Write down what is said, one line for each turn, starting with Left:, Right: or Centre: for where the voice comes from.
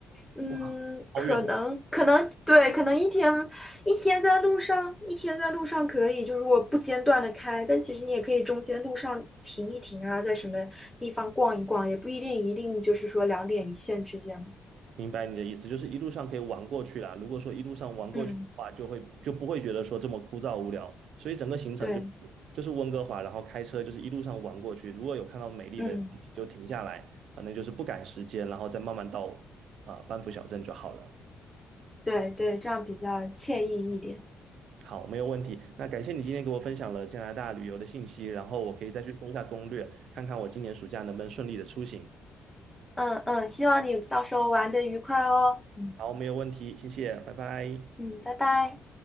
Centre: 嗯，
Right: 哇，好远哦
Centre: 可能可能对，可能一天一天在路上，一天在路上可以，就如果不间断的开，但其实你也可以中间路上停一停啊，在什么地方逛一逛，也不一定一定就是说两点一线之间嘛。
Right: 明白你的意思，就是一路上可以玩过去啦。如果说一路上玩过去的话，
Centre: 嗯，
Right: 就会就不会觉得说这么枯燥无聊。所以整个行程就是就是温哥华，
Centre: 对，
Right: 然后开车就是一路上玩过去。如果有看到美丽的风景就停下来，
Centre: 嗯，
Right: 反正就是不赶时间，然后再慢慢到啊、班夫小镇就好了。
Centre: 对对，这样比较惬意一点。
Right: 好，没有问题。那感谢你今天给我分享了加拿大旅游的信息，然后我可以再去搜一下攻略，看看我今年暑假能不能顺利的出行。
Centre: 嗯嗯，希望你到时候玩的愉快哦。嗯
Right: 好，没有问题，谢谢，拜拜。
Centre: 嗯，拜拜。